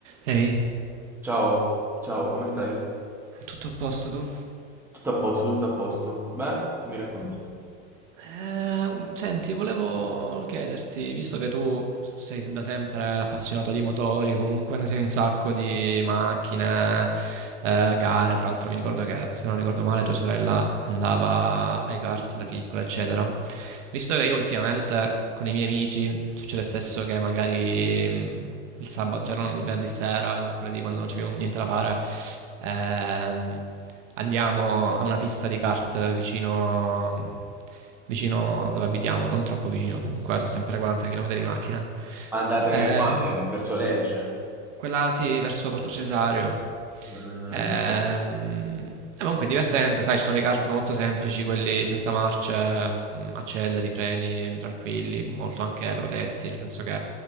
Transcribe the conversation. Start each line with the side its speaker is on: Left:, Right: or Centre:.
Right: Ehi,
Centre: Ciao, ciao, come stai?
Right: tutto a posto tu?
Centre: Tutto a posto, tutto a posto. Beh, che mi racconti?
Right: Eh, senti, volevo chiederti, visto che tu sei da sempre appassionato di motori, comunque ne sei un sacco di macchine, eh, gare, tra l'altro mi ricordo che, se non ricordo male, tua sorella andava ai kart
Centre: Mhm.
Right: da piccola, eccetera.
Centre: Eh,
Right: Visto che io ultimamente con i miei amici succede spesso che magari mm, il sabato, cioè no, il venerdì sera, il mercoledì, quando non c'è più niente da fare, Ehm, andiamo a una pista di kart vicino, vicino dove abitiamo, non troppo vicino comunque, eh, sono sempre 40 km di macchina.
Centre: Ma andate
Right: Eh,
Centre: quale? Verso Lecce?
Right: quella sì, verso Porto Cesareo.
Centre: Mm,
Right: Ehm, eh, comunque è divertente, sai, ci sono i kart molto semplici, quelli senza marce, mm, acceleri, freni, tranquilli, molto anche protetti, nel senso che